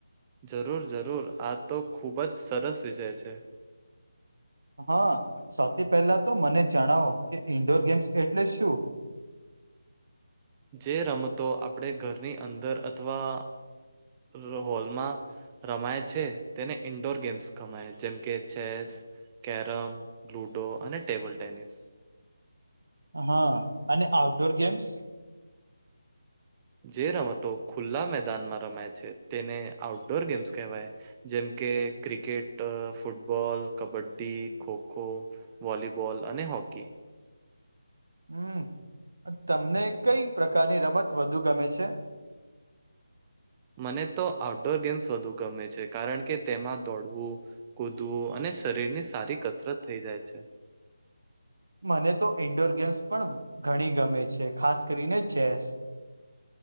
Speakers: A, on the right (about 20°); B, on the right (about 80°).
A: જરૂર જરૂર આ તો ખૂબ જ સરસ વિષય છે.
B: હા સૌથી પહેલા તો મને જણાવો કે ઈન્ડોર ગેમ્સ એટલે શું.
A: જે રમતો આપણે ઘરની અંદર અથવા હ હોલમાં રમાય છે તેને ઇન્ડોર ગેમ્સ કમાય જેમ કે ચેસ કેરમ, લુડો અને ટેબલ ટેનિસ
B: હા અને આઉટડોર ગેમ્સ?
A: જે રમતો ખુલ્લા મેદાનમાં રમાય છે તેને આઉટડોર ગેમ્સ કહેવાય. જેમ કે cricket, football, kabaddi, kho kho volleyball અને હોકી
B: હમ્મ તમને કઈ પ્રકારની રમત વધુ ગમે છે?
A: મને તો આઉટડોર ગેમ્સ વધુ ગમે છે કારણ કે તેમાં દોડવું કૂદવું અને શરીરની સારી કસરત થઈ જાય છે.
B: મને તો ઈન્ડોર ગેમ્સ પણ ઘણી ગમે છે ખાસ કરીને ચેસ